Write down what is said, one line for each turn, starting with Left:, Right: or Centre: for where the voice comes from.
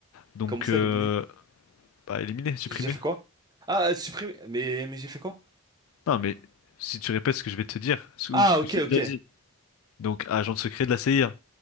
Left: Donc,
Right: Comment ça,
Left: euh,
Right: éliminer?
Left: bah, éliminé, supprimé.
Right: J'ai fait quoi? Ah, euh, supprimer. Mais, mais j'ai fait quoi?
Left: Non, mais si tu répètes ce que je vais te dire, ce- ou
Right: Ah,
Left: ce que
Right: ok,
Left: je t'ai déjà
Right: ok.
Left: dit. Donc, agent secret de la CIA.